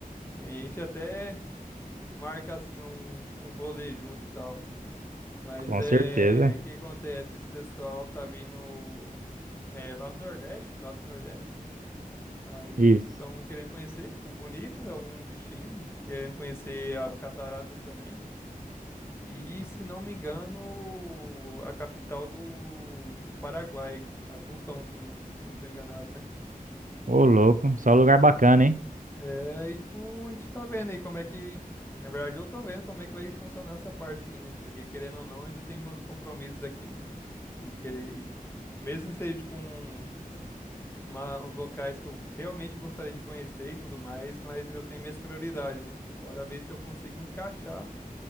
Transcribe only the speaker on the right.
Com
certeza.
Isso.
Ô, louco. Só lugar bacana, hein?